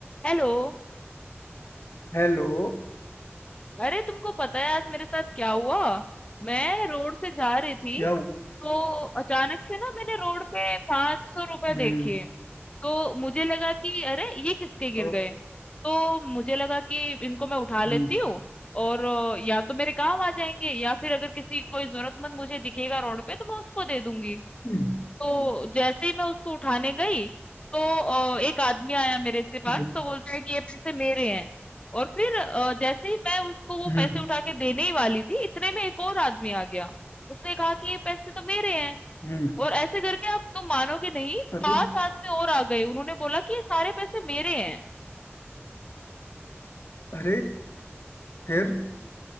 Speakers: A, on the left (about 25°); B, on the left (about 60°).
A: हेलो
B: Hello
A: अरे तुमको पता है आज मेरे साथ क्या हुआ मैं रोड से जा रही थी
B: क्या हुआ?
A: तो अचानक से ना मैंने रोड पे पांच सौ रुपए
B: हम्म
A: देखे तो मुझे लगा कि अरे ये किसके
B: ओ
A: गिर गए तो मुझे लगा कि इनको मैं उठा
B: हम्म
A: लेती हूँ और अ, या तो मेरे काम आ जाएंगे या फिर अगर किसी कोई जरूरतमंद मुझे दिखेगा रोड पे तो मैं उसको दे दूंगी
B: हम्म
A: तो जैसे ही मैं उसको उठाने गई तो अ, एक आदमी आया मेरे से पास
B: हम्म
A: तो बोलता है कि ये पैसे मेरे हैं और फिर अ, जैसे ही मैं उसको वो
B: हम्म,
A: पैसे उठा के देने ही वाली थी इतने में एक और आदमी आ गया उसने कहा कि ये पैसे तो मेरे हैं
B: हम्म,
A: और ऐसे करके आप तुम मानोगे नहीं
B: अरे
A: पांच आदमी और आ गए उन्होंने बोला कि ये सारे पैसे मेरे हैं
B: अरे फिर हम्म,